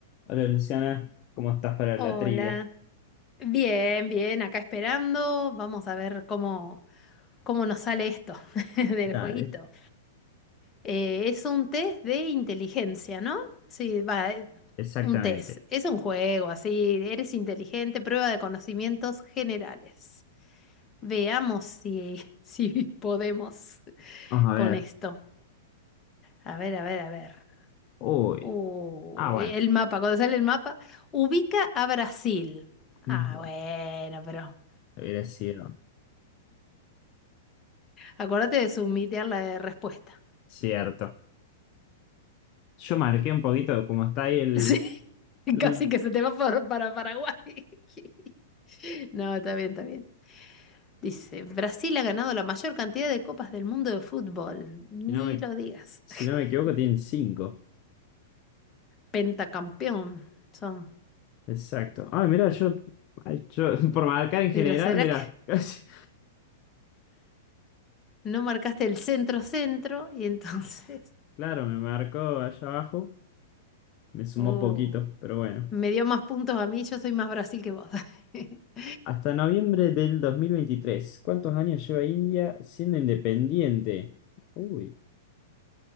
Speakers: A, on the left (about 40°); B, on the left (about 25°).
A: Hola Luciana, ¿cómo estás para
B: Hola.
A: la trivia?
B: Bien, bien, acá esperando. Vamos a ver cómo, cómo nos sale esto <laughs> del
A: Dale,
B: jueguito. Eh, es un test de inteligencia, ¿no? Sí, va, eh,
A: exactamente.
B: un test. Es un juego, así, eres inteligente, prueba de conocimientos generales. Veamos si, <laughs> si podemos
A: Vamos a
B: con
A: ver.
B: esto. A ver, a ver, a ver.
A: Uy.
B: Uy,
A: Ah, bueno.
B: el mapa, cuando sale el mapa, ubica a Brasil.
A: Bueno,
B: Ah, bueno, pero...
A: hubiera sido
B: Acuérdate de submitear la respuesta. <laughs>
A: cierto. Yo marqué un poquito, como está ahí el,
B: Sí,
A: el-
B: casi que se te va por- para Paraguay. <laughs> No, está bien, está bien. Dice, Brasil ha ganado la mayor cantidad de copas del mundo de fútbol. Ni
A: si no me,
B: lo digas.
A: si
B: <laughs>
A: no me equivoco, tienen cinco.
B: Pentacampeón son.
A: Exacto. Ah mira, yo, ay, yo <laughs> por marcar en
B: Pero
A: general,
B: ¿será
A: mira,
B: que
A: <laughs> casi-
B: no marcaste el centro-centro? Y entonces, <laughs>
A: claro, me marcó allá abajo, me sumó
B: oh,
A: poquito, pero bueno.
B: me dio más puntos a mí, yo soy más Brasil que vos. <laughs>
A: Hasta noviembre del 2023. ¿Cuántos años lleva India siendo independiente? Uy,